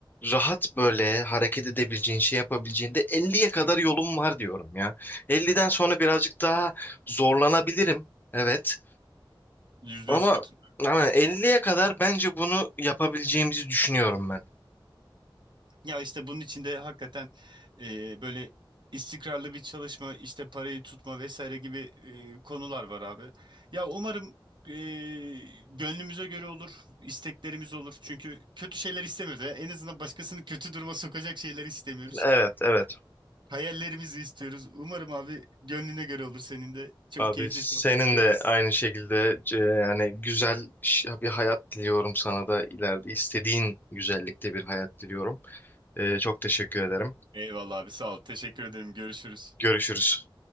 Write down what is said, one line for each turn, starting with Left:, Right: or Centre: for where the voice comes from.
Left: rahat böyle hareket edebileceğin, şey yapabileceğinde elliye kadar yolum var diyorum ya. Elli'den sonra birazcık daha zorlanabilirim. Evet.
Right: Yüzde
Left: Ama
Right: yüz katılıyorum.
Left: ama elliye kadar bence bunu yapabileceğimizi düşünüyorum ben.
Right: Ya işte bunun içinde hakikaten e, böyle istikrarlı bir çalışma, işte parayı tutma vesaire gibi e, konular var abi. Ya umarım e, gönlümüze göre olur, isteklerimiz olur. Çünkü kötü şeyler istemiyoruz. Yani en azından başkasını kötü duruma sokacak şeyler istemiyoruz.
Left: Evet, evet.
Right: Hayallerimizi istiyoruz. Umarım abi gönlüne göre olur senin de. Çok
Left: Abi
Right: keyifli
Left: senin
Right: sohbetti.
Left: de aynı şekilde e, yani güzel ş- bir hayat diliyorum sana da ileride istediğin güzellikte bir hayat diliyorum. E, çok teşekkür ederim.
Right: Eyvallah abi sağ ol. Teşekkür ederim. Görüşürüz.
Left: Görüşürüz.